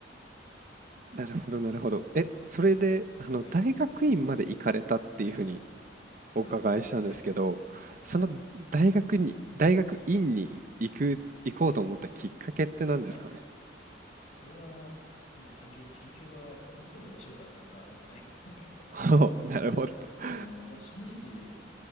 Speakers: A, on the right; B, on the left.
A: なるほどなるほど。え、それで、あの、
B: はい。
A: 大学院まで行かれたっていう風に
B: はい。そうですね。
A: お伺いしたんですけど、
B: はい。
A: その大学に大学院に行く行こうと思ったきっかけって何ですかね？
B: はい。これは、もう単純に研究が思ったより面白かったからですね。
A: <laughs> ほう、
B: <laughs>
A: なるほど。<laughs>
B: あの、まあ、正直、